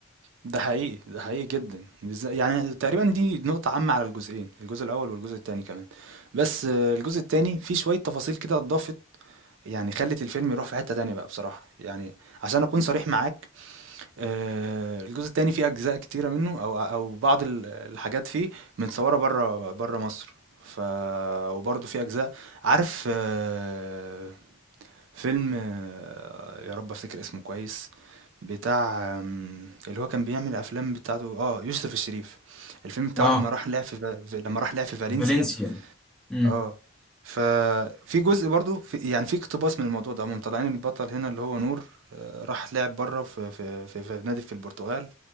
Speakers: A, on the right; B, in the centre.
A: ده حقيقي ده حقيقي جدا بالذات- يعني تقريبا دي نقطة عامة على الجزئين الجزء الأول والجزء التاني كمان بس آه، الجزء التاني فيه شوية تفاصيل كده اتضافت يعني خلت الفيلم يروح في حتة تانية بقى بصراحة يعني عشان أكون صريح معاك آآ الجزء التاني فيه أجزاء كتيرة منه أو أو بعض ال الحاجات فيه متصوّرة برّه برّه مصر، ف وبرضه في أجزاء عارف آه، فيلم آه، يا رب أفتكر اسمه كويس، بتاع آمم اللي هو كان بيعمل الأفلام بتاعته آه، يوسف الشريف، الفيلم بتاعه
B: اه
A: لمّا راح لعب في ف لمّا راح لعب في فالنسيا
B: فالنسيا امم
A: آه، ففي جزء برضه ف يعني في اقتباس من الموضوع ده، هُم مطلّعين البطل هنا اللي هو نور، آه، راح لعب برّه في في في في نادي في البرتغال